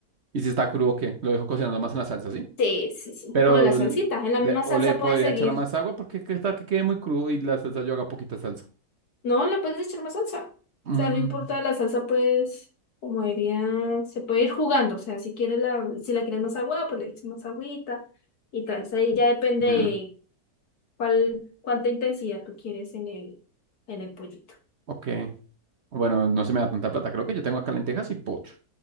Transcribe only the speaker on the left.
Sí, sí, sí.
O en la salsita,
en la misma salsa
puedes seguir.
No, le puedes echar más salsa.
O sea, no importa la salsa, pues, como diría, se puede ir jugando. O sea, si quieres la, si la quieres más agua, pues le echas más agüita y tal. O sea, ahí ya depende
de cuál, cuánta intensidad tú quieres en el, en el pollito.